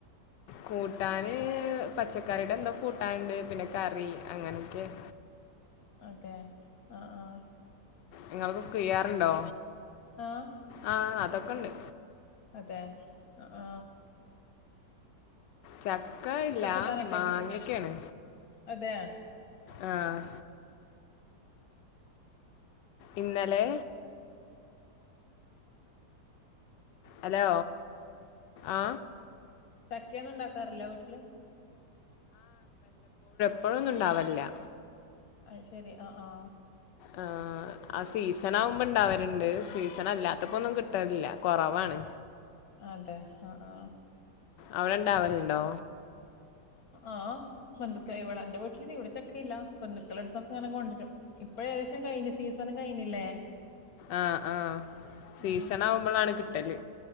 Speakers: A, on the left (about 80°); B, on the left (about 60°).
A: കൂട്ടാൻ പച്ചക്കറിയുടെ എന്തോ കൂട്ടാനുണ്ട് പിന്നെ കറി അങ്ങനെയൊക്കെയാ
B: അതെ അ ആ
A: ങ്ങൾ ചെയ്യാറുണ്ടോ
B: ആഹ്
A: ആ അതൊക്കെണ്ട്
B: അതെ അ ആ
A: ചക്ക ഇല്ല
B: കൂട്ടാനൊക്കെ
A: മാങ്ങൊക്കെയാണ്
B: വെച്ചു അതെ
A: ആ ഇന്നലെ ഹലോ ആ
B: ചക്കെന്നും ഉണ്ടാക്കാറില്ല വീട്ടില്
A: അപ്പോഴൊന്നും ഉണ്ടാവെല്ല്യ
B: അയ്ശെരി അ ആ
A: ആ ആ സീസൺ ആകുമ്പോ ഇണ്ടാവല്ണ്ട് സീസൺ അല്ലാത്തപ്പോ ഒന്നും കിട്ടലില്ല കുറവാണ്
B: അതെ അ ആ
A: അവിടെണ്ടാവലുണ്ടോ
B: ആ ബന്ധുക്ക ഇവിടെ എന്റെ വീട്ടില് ഇവിടെ ചക്കയില്ല ബന്ധുക്കളെടുതൊക്കെ ഇങ്ങനെ കൊണ്ടുവരും ഇപ്പഴ് ഏകദേശം കഴിഞ്ഞു സീസൺ കഴിഞ്ഞില്ലേ
A: ആ ആ സീസൺ
B: ആഹ്
A: ആവുമ്പോളാണ് കിട്ടല്